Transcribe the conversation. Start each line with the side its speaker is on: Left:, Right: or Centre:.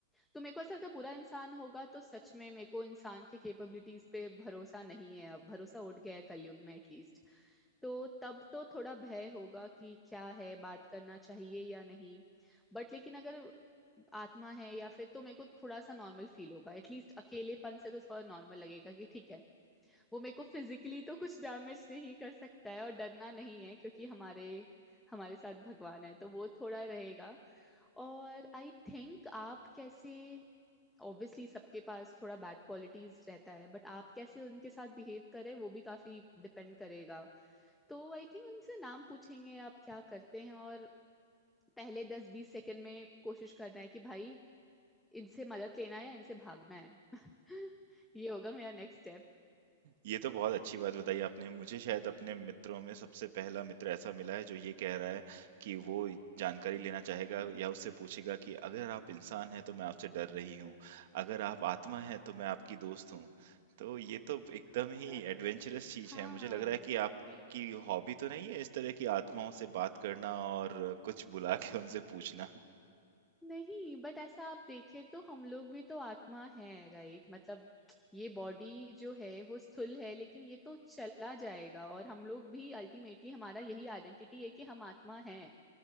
Centre: तो मेरे को ऐसा लगता है बुरा इंसान होगा तो सच में मेरे को इंसान के कैपेबिलिटीज पे भरोसा नहीं है अब भरोसा उठ गया है कलयुग में एटलीस्ट तो तब तो थोड़ा भय होगा कि क्या है बात करना चाहिए या नहीं बट लेकिन अगर आत्मा है या फिर तो मेरे को थोड़ा सा नॉर्मल फील होगा एटलीस्ट अकेलेपन से तो थोड़ा नॉर्मल लगेगा कि ठीक है वो मेरे को फिजिकली तो कुछ डैमेज नहीं कर सकता है और डरना नहीं है क्योंकि हमारे हमारे साथ भगवान है तो वो थोड़ा रहेगा और आई थिंक आप कैसे ऑब्वियसली सबके पास थोड़ा बैड क्वालिटीज रहता है बट आप कैसे उनके साथ बिहेव करें वो भी काफी डिपेंड करेगा तो आई थिंक उनसे नाम पूछेंगे आप क्या करते हैं और पहले दस बीस सेकंड में कोशिश करना है कि भाई इनसे मदद लेना है या इनसे भागना है <laughs> ये होगा मेरा नेक्स्ट स्टेप
Right: ये तो बहुत अच्छी बात बताई आपने मुझे शायद अपने मित्रों में सबसे पहला मित्र ऐसा मिला है जो ये कह रहा है कि वो जानकारी लेना चाहेगा या उससे पूछेगा कि अगर आप इंसान हैं तो मैं आपसे डर रही हूँ अगर आप आत्मा हैं तो मैं आपकी दोस्त हूँ तो ये तो एकदम
Centre: <laughs>
Right: ही एडवेंचरस चीज
Centre: हाँ
Right: है मुझे लग रहा है
Centre: नहीं
Right: कि आपकी हॉबी तो नहीं है इस तरह
Centre: <laughs>
Right: की आत्माओं से बात करना और कुछ बुला के उनसे पूछना
Centre: नहीं बट ऐसा आप देखें तो हम लोग भी तो आत्मा है राइट मतलब ये बॉडी जो है वो स्थूल है लेकिन ये तो चला जाएगा और हम लोग भी अल्टीमेटली हमारा यही आइडेंटिटी है कि हम आत्मा हैं